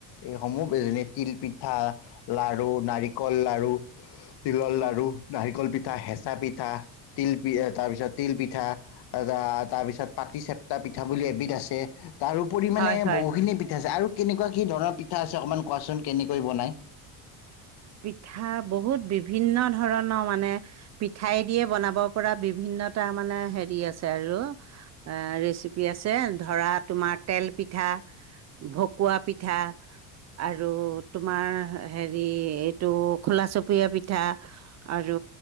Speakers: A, on the left; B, on the right.
A: এইসমূহ যেনে- তিল পিঠা, লাৰু, নাৰিকল লাৰু, তিলৰ লাৰু, নাৰিকল পিঠা, হেঁচা পিঠা, তিল তাৰপিছত, তিল পিঠা। <unintelligible> তাৰপিছত, পাতি চেপটা পিঠা বুলি এবিধ আছে। তাৰো পৰিমাণে,
B: হয় হয়
A: বহুখিনি পিঠা আছে! আৰু কেনেকুৱা, কি ধৰণৰ, পিঠা আছে, অকণমান কোৱাচোন কেনেকৈ বনায়?
B: পিঠা বহুত, বিভিন্ন ধৰণৰ মানে, পিঠাই দিয়ে বনাব পৰা, বিভিন্নটা মানে, সেৰি আছে আৰু। এ, ৰেচিপি আছে। ধৰা, তোমাৰ তেল পিঠা। ভকুৱা পিঠা আৰু তোমাৰ, সেৰি এইটো, খোলা চপুৰীয়া পিঠা আৰু